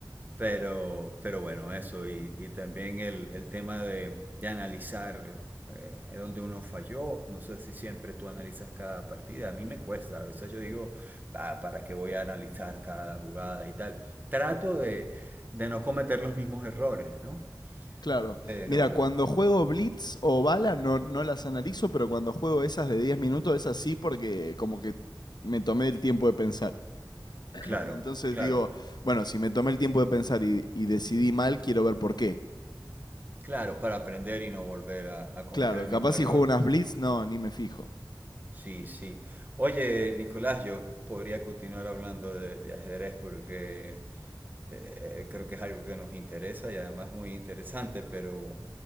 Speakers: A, on the right (about 25°); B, on the left (about 60°).
A: Pero, pero bueno, eso. Y, y también el, el tema de, de analizar eh, es uno falló. No sé si siempre tú analizas cada partida. A mí me cuesta. A veces yo digo, "Bah, ¿para qué voy a analizar cada jugada y tal? Trato de, de no cometer los mismos errores, ¿no?
B: Claro.
A: Pero,
B: Mira, cuando juego Blitz o Bala no, no las analizo, pero cuando juego esas de 10 minutos, esas sí porque como que me tomé el tiempo de pensar. <laughs>
A: claro,
B: Entonces
A: claro.
B: digo, bueno, si me tomé el tiempo de pensar y, y decidí mal, quiero ver por qué.
A: Claro, para aprender y no volver a, a cometer
B: Claro,
A: el mismo
B: capaz
A: error.
B: si juego unas blitz, no, ni me fijo.
A: Sí, sí. Oye, Nicolás, yo podría continuar hablando de, de ajedrez porque eh, creo que es algo que nos interesa y además muy interesante, pero